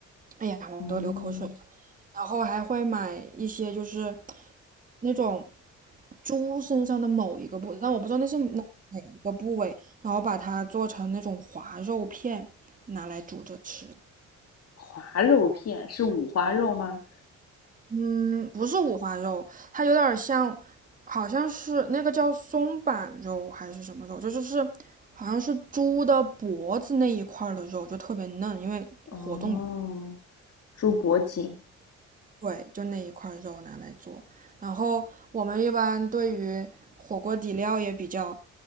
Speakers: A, on the right; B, on the left.
A: 哎呀，我都流口水了。
B: 哦，
A: 然后还会买一些就是那种猪身上的某一个部位，但我不知道那是哪哪一个部位，然后把它做成那种滑肉片，拿来煮着吃。
B: 滑肉片是五花肉吗？
A: 嗯，不是五花肉，它有点儿像，好像是那个叫松板肉还是什么肉，就是是好像是猪的脖子那一块儿的肉，就特别嫩，因为活动
B: 哦，猪脖颈，
A: 对，就那一块儿肉拿来做。然后我们一般对于火锅底料也比较，